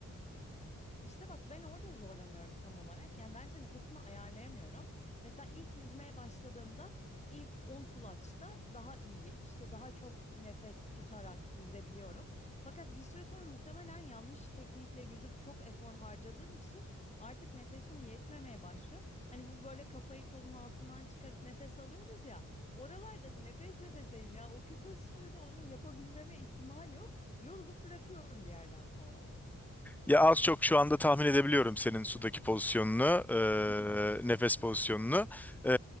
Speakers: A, on the left; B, in the centre.
A: İşte bak ben orada zorlanıyorum tam olarak. Yani bence nefesimi ayarlayamıyorum. Mesela ilk yüzmeye başladığımda ilk 10 kulaçta daha iyiyim. İşte daha çok nefes tutarak yüzebiliyorum. Fakat bir süre sonra muhtemelen yanlış teknikle yüzüp çok efor harcadığım için artık nefesim yetmemeye başlıyor. Hani bu böyle kafayı kolun altından çıkarıp nefes alıyoruz ya. Oralarda nefes nefeseyim ya. O kısa sürede onu yapabilmeme ihtimal yok. Yorulup bırakıyorum bir yerden sonra.
B: Ya az çok şu anda tahmin edebiliyorum senin sudaki pozisyonunu, eee,
A: <laughs>
B: nefes pozisyonunu. Eee,